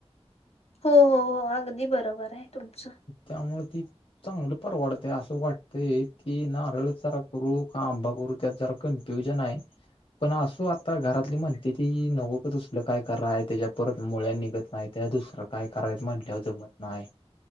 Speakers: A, on the left (about 75°); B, on the left (about 55°).
A: हो हो हो अगदी बरोबर आहे तुमचं
B: त्यामुळे ती चांगलं परवडतं असं वाटतंय की नारळ चारा करू का आंबा करू त्यात जरा करण प्यऊजन आहे पण असो आता घरातली म्हणते ती नकोकच असल काय क आहे त्याच्या परत मुळ्या निघत नाहीत त्या दुसर काय करायचं म्हटल्यावर जमत नाही